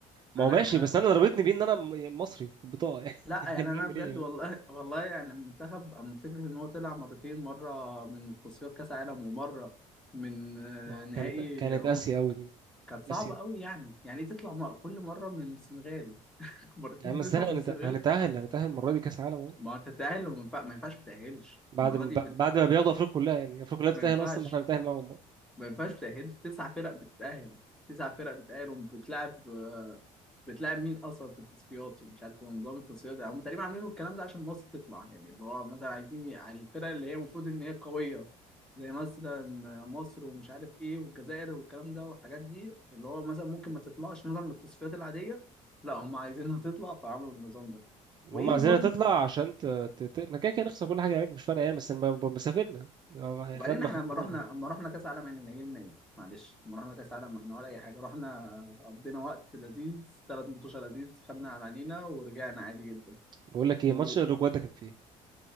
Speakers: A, on the right (about 35°); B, in the centre.
A: ما
B: انا
A: هو ماشي
B: انا
A: بس
B: كنت
A: انا ضربتني بيه ان انا م- يعني مصري في البطاقه يعني
B: لا
A: <laughs>
B: يعني
A: يعني
B: انا
A: اعمل
B: بجد
A: ايه يعني؟
B: والله <laughs> والله يعني المنتخب اما فكره ان هو طلع مرتين مره من تصفيات كاس عالم ومره من آه،
A: ما هو
B: نهائي
A: كانت كانت
B: امم
A: اسيا قوي دي
B: كانت صعبة
A: اسيا
B: قوي يعني يعني ايه تطلع م- كل مرة من السنغال <laughs> مرتين
A: يعني بس
B: بتطلع
A: انا
B: من
A: هنت-
B: السنغال
A: هنتاهل هنتاهل المره دي كاس عالم اهو
B: ما هو انت تتأهل وما ينفع- ما ينفعش ما تتأهلش
A: بعد
B: المرة
A: ما
B: دي بت...
A: بعد ما بياخدوا افريقيا كلها يعني افريقيا كلها بتتاهل
B: ما ينفعش
A: اصلا ما احنا هنتاهل معاهم بقى
B: ما ينفعش تتأهل تسع فرق بتتأهل تسع فرق بتتأهل وبتلعب آه، بتلعب مين أصلا في التصفيات ومش عارف ايه ونظام التصفيات ده. هم تقريبا عاملين الكلام ده عشان مصر تطلع يعني اللي هو مثلا عايزين ي- على الفرق اللي هي المفروض إن هي قوية زي مثلا مصر ومش عارف ايه والجزائر والكلام ده والحاجات دي اللي هو مثلا ممكن ما تطلعش مثلا من التصفيات العادية لا هم عايزينها تطلع فعملوا النظام ده وإيه
A: هم عايزيننا
B: نظام
A: تطلع عشان ت... ت... ت... ما كده كده نخسر كل حاجه هناك مش فارقه يعني بس ب- ب- مسافرنا يعني
B: وبعدين
A: خدنا
B: احنا
A: خروج
B: لما رحنا لما رحنا كاس عالم يعني نيلنا ايه معلش لما رحنا كاس عالم ما احنا ولا اي حاجه رحنا قضينا وقت لذيذ ثلاث ماتشات لذيذ خدنا على عينينا ورجعنا عادي جدا
A: بقول لك ايه
B: وماتش
A: ماتش الاوروجواي ده كان فيه